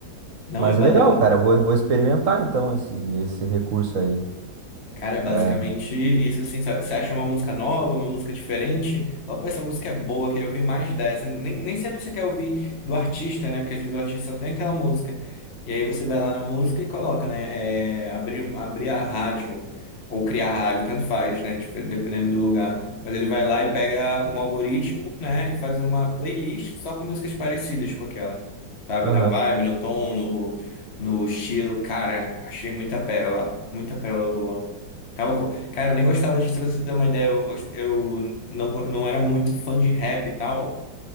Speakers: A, on the left; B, on the right.
A: Não,
B: Mas
A: é, ba-
B: é legal,
A: é, ba-
B: cara. eu Vou, vou experimentar então esse, esse recurso aí.
A: Cara, é basicamente
B: É,
A: isso, assim, sabe? você acha uma música nova, uma música diferente, fala, pô, essa música é boa, queria ouvir mais dessa. Nem, nem sempre você quer ouvir do artista, né? Porque às vezes o artista só tem aquela música. E aí você vai lá na música e coloca, né? É, abrir, abrir a rádio, ou criar rádio, tanto faz, né? Tipo, dependendo do lugar. Mas ele vai lá e pega um algoritmo, né? E faz uma playlist só com músicas parecidas com aquela, sabe?
B: Aham.
A: Na vibe, no tom, no, no estilo. Cara, achei muita pérola, muita pérola boa. Tava, co- cara, eu nem gostava de, pra você ter uma ideia, eu, gost- eu não, go- não era muito fã de rap e tal,